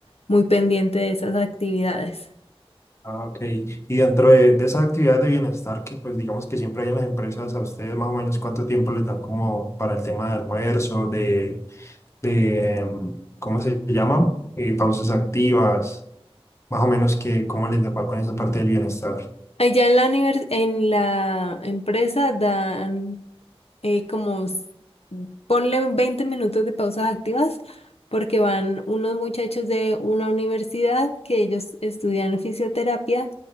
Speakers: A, on the left; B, on the left.
A: muy pendiente de esas actividades.
B: Ah, ok. Y dentro de, de esas actividades de bienestar que pues digamos que siempre hay en las empresas, a ustedes más o menos cuánto tiempo les dan como para el tema de almuerzo, de de, ¿cómo se llaman Eh, pausas activas, más o menos que cómo les va con esa parte del bienestar.
A: Allá en la univers- en la empresa dan eh, como s- ponle 20 minutos de pausas activas porque van unos muchachos de una universidad que ellos estudian fisioterapia,